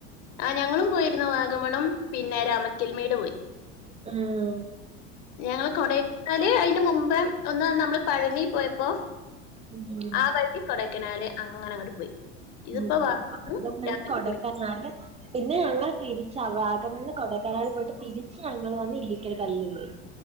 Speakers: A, on the left; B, on the right.
A: ആ ഞങ്ങളും പോയിരുന്നു വാഗമണും പിന്നെ രാമക്കൽമേട് പോയി.
B: ആഹ്
A: ഞങ്ങള് കൊടേക്കനാല് അതിന്റെ മുമ്പ് ഒന്ന് നമ്മള് പഴനി പോയപോ അപ്പൊ
B: ഉം
A: ആ വഴി കൊടക്കനാല് അങ്ങന അങ്ങോട്ട് പോയി ഇതിപ്പോ
B: ഉം <unintelligible>
A: വാഗമണ്ണ്
B: ആഹ് വഴി
A: രാമക്കൽമേട്
B: കോടേക്കനാല് പിന്നെ ഞങ്ങൾ തിരിച്ച് അവ വഗമണിന്ന് കോടേക്കനാല് പോയിട്ട് തിരിച്ച് ഞങ്ങൾ വന്ന് ഇല്ലീക്കൽ കല്ലല് പോയി